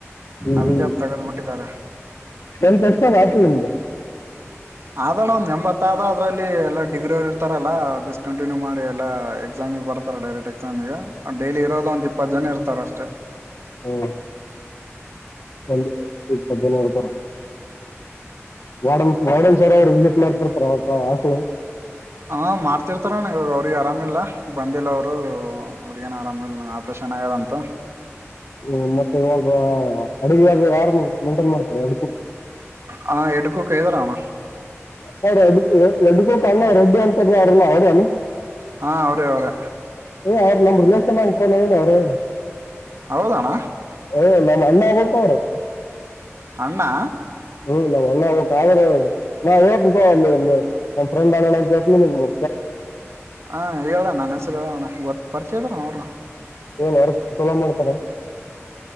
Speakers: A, on the left; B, on the right.
A: ಹ್ಮ್
B: ಅದಕ್ಕೆ
A: ಹ್ಮ್
B: ಅದ್ ತೆಗದ್ ಬಿಟ್ಟಿದ್ದಾರೆ
A: ಎನ್ತ್ ಅಷ್ಟ ಆಲ ನಿಮ್್ದ
B: ಅದ್ರಲ್ಲೂ ಒಂದ್ ಎಂಬತ್ ಆದ ಅದ್ರಲ್ಲಿ ಎಲ್ಲಾ ಡಿಗ್ರಿ ಅವ್ರು ಇರ್ತಾರಲ್ಲ ಡಿಸ್ಕಂಟಿನ್ಯೂ ಮಾಡಿ ಎಲ್ಲಾ ಎಕ್ಸಾಮಿಗ್ ಬರ್ತಾರೆ ಡೈರೆಕ್ಟ್ ಎಕ್ಸಾಮಿಗೆ ಡೈಲಿ ಇರೋದ್ ಒಂದ ಇಪ್ಪತ್ ಜನ ಇರ್ತಾರಷ್ಟೆ ಚ
A: ಹಾ ಒಂದು ಇಪ್ಪತ್ ಜನ ಇರ್ತಾರ ವಾರ್ಡ ವಾರ್ಡನ್ ಸರ್ ಅವರು ವಿಸಿಟ್ ಮಾಡ್ ಪ್ರಿಯಾಂಕಾ ಹಾಸ್ಟೆಲು
B: ಹಾ ಮಾಡ್ತಿರ್ತಾರಣ್ಣ ಇವ್ರು ಅವ್ರಿಗೆ ಆರಾಮಿಲ್ಲ ಬಂದಿಲ್ಲ ಅವರು ಅವ್ರಿಗೇನು ಆರಾಮಿಲ್ಲನ ಆಪ್ರೇಷನ್ ಆಗ್ಯದಂತ
A: ಹ್ಮ ಮತ್ತೆ ಇವಾಗ ಅಡುಗೆ ಯಾರ್ ಯಾರಿ ಮೆಂಟೈನ್ ಮಾಡ್ತಾರೆ ಅಲ್
B: ಹಾ ಎರ್ಡುಕ್ಕು ಕೆ ವಿರಾಮ
A: ಸರ್ ಅ ಎ ಎರ್ಡುಕ್ಕು ಅಣ್ಣ ರೆಡ್ಡಿ ಅಂತಾನೆ ಅದಲ್ಲ ಭಾನು
B: ಹಾ ಅವ್ರೇ ಅವ್ರೆ
A: ಏ ಅವ್ರು ನಮ್ ರಿಲೇಷನ್ ಅನ್ಕೊಂಡಂವ್ನ ಅವ್ರು
B: ಹೌದಣ
A: ಓ ನಾನ್ ಅಣ್ಣ ಆಗ್ಬೇಕೊ ಅವರ್
B: ಅಣ್ಣಾ
A: ಹ್ಮ್ ನಮ್ಮ್ ಅಣ್ಣ ಆಗ್ಬೇಕು ಆದ್ರೆ ನಾ ಹೇಳ್ತಿರ್ಲಿಲ್ಲ ನಿನಿಗ್ ಅಲ್ಲಿ ನನ್ ಫ್ರೆಂಡ್ ಇದ್ದನ್ ಅಣಾ ಅಂತ ಹೇಲಿಲ್ ನಿನಿಗಿ
B: ಹ ಹೇಳಣ್ಣ ನನ್ನ ಹೆಸರ ಹೇಳಣ್ಣ ಗೊತ್ ಪರಿಚಯ ಇದ್ರ ಅವರ
A: ಏನು ವರ್ಕ್ ಚಲೋ ಮಾಡ್ತಾನೆ